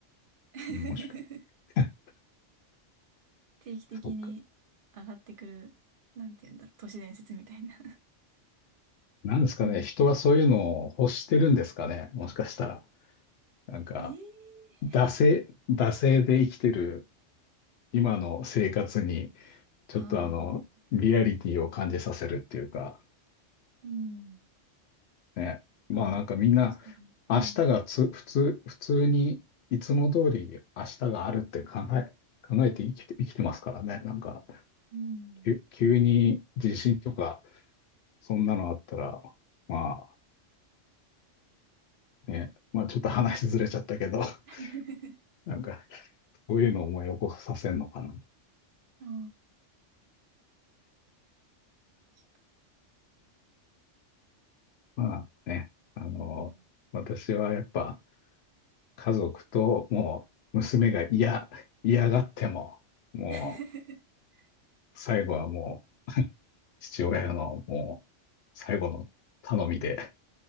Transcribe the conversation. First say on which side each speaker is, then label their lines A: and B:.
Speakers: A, on the right; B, on the left.
A: <laughs>
B: 面白い。<laughs>
A: 定期的に上がってくる、
B: そうか。
A: なんて言うんだろう、都市伝説みたいな。
B: なんですかね。
A: うん。
B: 人はそういうのを欲してるんですかね。もしかしたら。なんか、
A: ええ
B: 惰性、惰性で生きてる今の生活にちょっとあの、
A: <laughs> ああ、
B: リアリティを感じさせるっていうか、
A: うん。
B: ね。まあなんかみんな、
A: 確かに。
B: 明日がつ、
A: うん。
B: 普通、普通に、いつも通り明日があるって考え、考えて生きて、生きてますからね。なんか、
A: うん。
B: 急急に地震とか、そんなのあったら、まあね、まあちょっと話ずれちゃったけど、<laughs>
A: <laughs>
B: なんか、こういうのを思い起こさせるのかな。
A: ああ、確か
B: まあね、あの、
A: にうん。
B: 私はやっぱ、家族ともう娘が嫌、嫌がっても、もう
A: <laughs>
B: 最後はもう父親のもう最後の頼みで